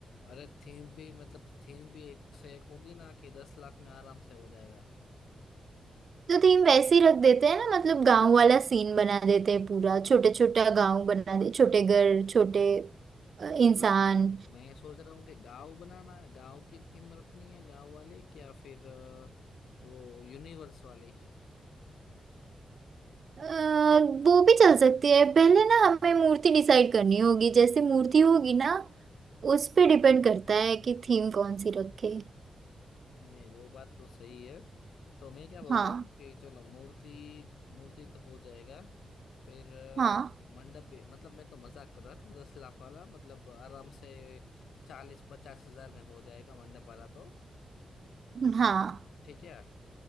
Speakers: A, on the left; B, on the right.
A: अरे थीम भी मतलब थीम भी एक से एक होगी ना कि दस लाख में आराम से हो जाएगा
B: तो थीम वैसे ही रख देते हैं ना मतलब गांव वाला सीन बना देते हैं पूरा छोटे छोटा गांव बना दे छोटे घर छोटे अ, इंसान
A: मतलब मैं सोच रहा हूँ कि गांव बनाना है गांव की थीम रखनी है गांव वाले की, या फिर अ, वो यूनिवर्स वाले की?
B: अ, वो भी चल सकती है पहले ना हमें मूर्ति डिसाइड करनी होगी जैसे मूर्ति होगी ना उस पे डिपेंड करता है कि थीम कौन सी रखे
A: नहीं वो बात तो सही है तो मैं क्या बोल
B: हाँ
A: रहा हूँ कि चलो मूर्ति मूर्ति तो हो जाएगा फिर अ,
B: हाँ
A: मंडप भी- मतलब मैं तो मजाक कर रहा था दस लाख वाला मतलब आराम से चालीस पचास हजार में हो जाएगा मंडप वाला तो
B: हाँ
A: ठीक है